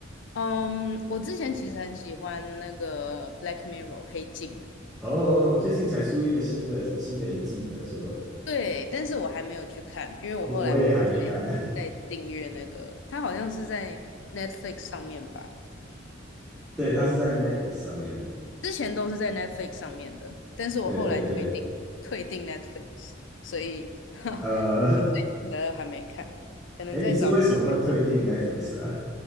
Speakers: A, on the left; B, in the centre.
A: 嗯，我之前其实很喜欢那个《Black Mirror》黑镜，
B: 哦，最近才出一个新的新的一季的，说，
A: 对，但是我还没有去看，因为我后来没有
B: 哦我也还没看。<laughs>
A: 再再订阅那个，它好像是在 Netflix 上面吧，
B: 对，它是在 Netflix 上面。
A: 之前都是在 Netflix 上面的，但是我后来退订退订
B: 对对对，
A: Netflix，所以 <laughs>
B: 呃，
A: 新的还没看，可能在找其他的，
B: 哎，你是为什么会退订 Netflix 啊？